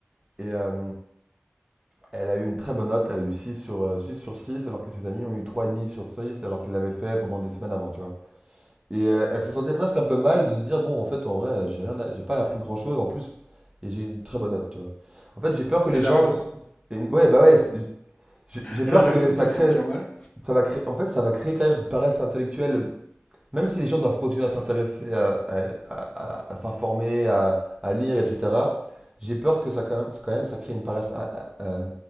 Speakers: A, on the right (about 20°); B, on the left (about 25°).
A: Et euh, elle a eu une très bonne note, elle a eu six sur, euh, 6 sur 6, alors que ses amis ont eu trois et demi sur 6 alors qu'elle l'avait fait pendant des semaines avant, tu vois. Et euh, elle se sentait presque un peu mal de se dire, bon, en fait, en vrai, j'ai rien, à- j'ai pas appris grand-chose en plus, et j'ai une très bonne note, tu vois. En fait, j'ai peur que
B: Elle
A: les gens...
B: a raison.
A: et une- Ouais, bah ouais, c'est- j'ai j'ai
B: Elle
A: peur
B: a raison
A: que ça
B: de se
A: crée...
B: sentir mal.
A: Ça va créer... En fait, ça va créer quand même une paresse intellectuelle Même si les gens doivent continuer à s'intéresser, à, à- à- à- à s'informer, à, à lire, etc., j'ai peur que ça, quand même, quand même, ça crée une paresse, ah, ah, euh,